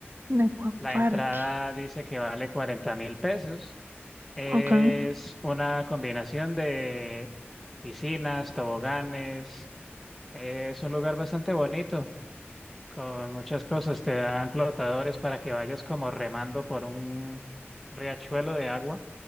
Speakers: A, on the right; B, in the centre.
A: Un acuaparque.
B: La entrada dice que vale 40 mil pesos. Es
A: Ok.
B: una combinación de piscinas, toboganes. Es un lugar bastante bonito, con muchas cosas. Te dan flotadores para que vayas como remando por un riachuelo de agua